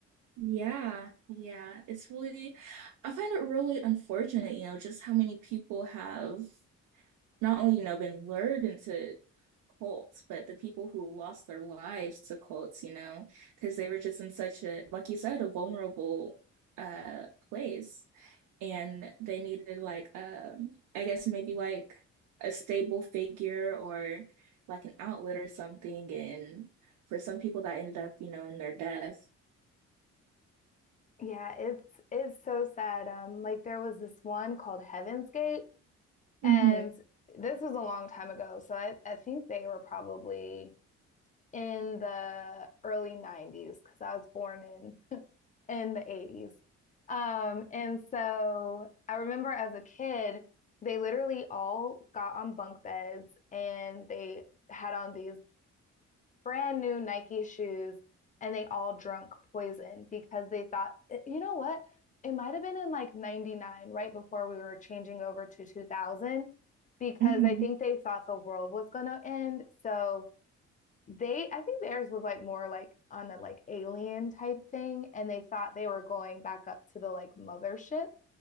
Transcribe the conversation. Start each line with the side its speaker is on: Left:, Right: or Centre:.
Right: Yeah, yeah. It's really, I find it really unfortunate, you know, just how many people have not only, you know, been lured into cults, but the people who lost their lives to cults, you know, because they were just in such a, like you said, a vulnerable uh place. And they needed like um, I guess maybe like a stable figure or like an outlet or something. And for some people that ended up, you know, in their death.
Left: Yeah, it's it's so sad. Um like there was this one called Heaven's Gate
Right: hmm
Left: and this was a long time ago. So I, I think they were probably in the early 90s because I was born in <laughs> in the 80s. Um, and so I remember as a kid, they literally all got on bunk beds and they had on these brand new Nike shoes and they all drunk poison because they thought, "Eh, you know what? It might have been in like 99, right before we were changing over to 2000, because
Right: hmm
Left: I think they thought the world was going to end. So they I think theirs was like more like on a like alien type thing, and they thought they were going back up to the like mothership.